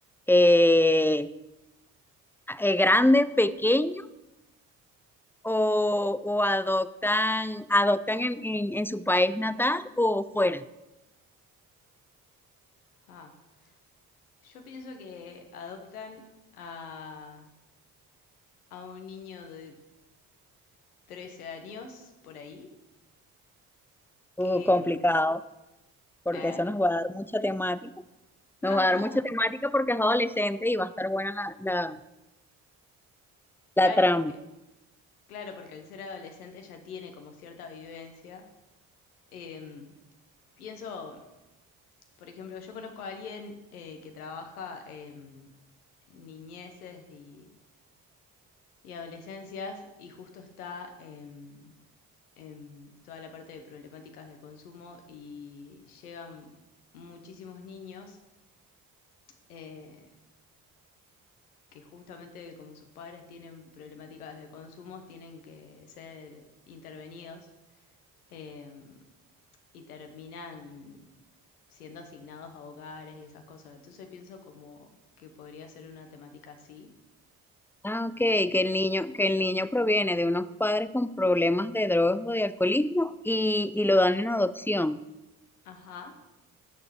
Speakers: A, in the centre; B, on the left.
A: eh, eh, grande, pequeño o, o adoptan, adoptan en, en, en su país natal o fuera.
B: Ah, yo pienso que adoptan a, a un niño de 13 años por ahí
A: Uh,
B: que...
A: complicado,
B: mm,
A: porque
B: ¿Eh?
A: eso nos va a dar mucha temática,
B: <laughs>
A: Nos va a dar mucha temática porque es adolescente y va a estar buena la, la...
B: Claro,
A: la trama.
B: porque, claro, porque al ser adolescente ya tiene como cierta vivencia. Em, pienso, por ejemplo, yo conozco a alguien eh, que trabaja en niñeces y, y adolescencias y justo está em, en toda la parte de problemáticas de consumo y llegan muchísimos niños. eh, que justamente como sus padres tienen problemáticas de consumos, tienen que ser intervenidos eh, y terminan siendo asignados a hogares y esas cosas. Entonces pienso como que podría ser una temática así.
A: Ah, ok, que el niño, que el niño proviene de unos padres con problemas de drogas o de alcoholismo y, y lo dan en adopción.
B: Ajá.